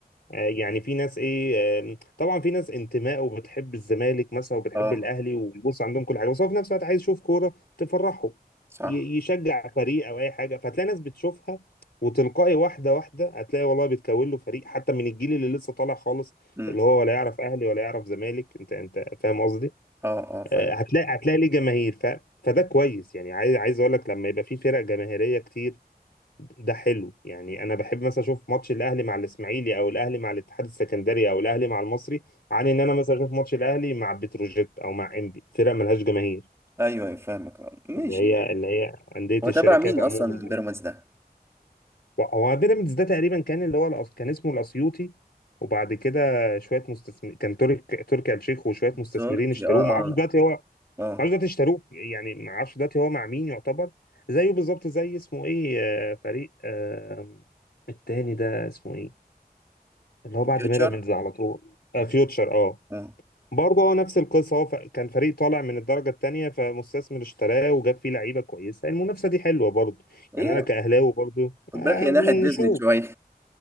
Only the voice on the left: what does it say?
آه، يعني في ناس ايه آم، طبعا في ناس انتماء وبتحب الزمالك مثلا وبتحب
الاهلي وبص عندهم كل حاجه بس هو في نفس الوقت عايز يشوف كوره تفرحه
ي- يشجع فريق او اي حاجه فتلاقي ناس بتشوفها وتلقائي واحده واحده هتلاقي والله بيتكون له فريق حتى من الجيل اللي لسه طالع خالص
اللي هو ولا يعرف اهلي ولا يعرف زمالك انت انت فاهم قصدي
آه، هتلاقي هتلاقي ليه جماهير ف فده كويس يعني عايز عايز اقول لك لما يبقى في فرق جماهيريه كتير ده حلو يعني انا بحب مثلا اشوف ماتش الاهلي مع الاسماعيلي او الاهلي مع الاتحاد السكندري او الاهلي مع المصري عن ان انا مثلا اشوف ماتش الاهلي مع بتروجيت او مع انبي فرق ملهاش جماهير
اللي هي اللي هي انديه
الشركات
عموما
هو بيراميدز ده تقريبا كان اللي هو الأس- كان اسمه الاسيوطي وبعد كده شويه مستثمر كان ترك تركي آل الشيخ وشويه مستثمرين
اشتروه
ما اعرفش
دلوقتي هو ما
اعرفش دلوقتي اشتروه يعني ما اعرفش دلوقتي هو مع مين يعتبر زيه بالظبط زي اسمه ايه آه، فريق آه، التاني ده اسمه ايه اللي هو بعد
بيراميدز على طول آه فيوتشر اه
برضه هو نفس القصه هو ف- كان فريق طالع من الدرجه الثانيه فمستثمر اشتراه وجاب فيه لعيبه كويسه المنافسه دي حلوه برضه يعني
انا كاهلاوي برضه
آه
نشوف